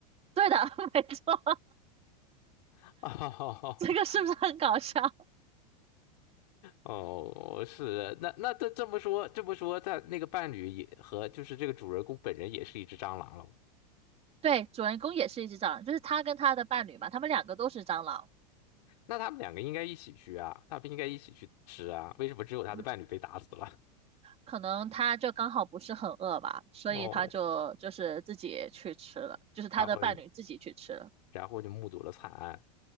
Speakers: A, on the right; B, on the left.
A: 对的，<laughs> 没错，
B: <laughs>
A: <laughs> 这个是不是很搞笑？
B: 哦哦是，那那这这么说这么说，他那个伴侣也和就是这个主人公本人也是一只蟑螂喽。
A: <laughs> 对，主人公也是一只蟑螂，就是他跟他的伴侣嘛，他们两个都是蟑螂。
B: 那他们两个应该一起去啊，他们应该一起去吃啊，为什么只有他的伴侣被打死了？
A: 嗯，可能他就刚好不是很饿吧，所以他就就是自己去吃了，
B: <laughs> 哦，
A: 就是他的伴侣自己去吃了。
B: 然后。然后就目睹了惨案。